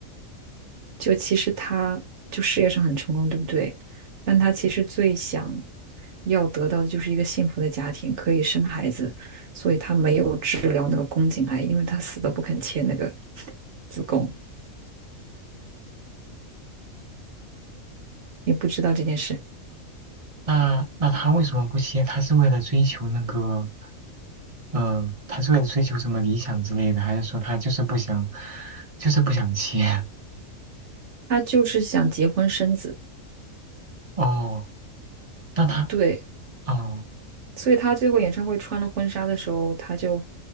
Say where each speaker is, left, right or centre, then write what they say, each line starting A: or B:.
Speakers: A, on the right; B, on the right.
A: 就其实他就事业上很成功，对不对？但他其实最想要得到的就是一个幸福的家庭，可以生孩子，所以他没有治疗那个宫颈癌，因为他死都不肯切那个 <laughs> 子宫。也不知道这件事，
B: 那那他为什么不歇？他是为了追求那个。嗯，他是为了追求什么理想之类的，还是说他就是不想，就是不想切？
A: 他就是想结婚生子，
B: 哦，那他，
A: 对。
B: 哦
A: 所以他最后演唱会穿了婚纱的时候，他就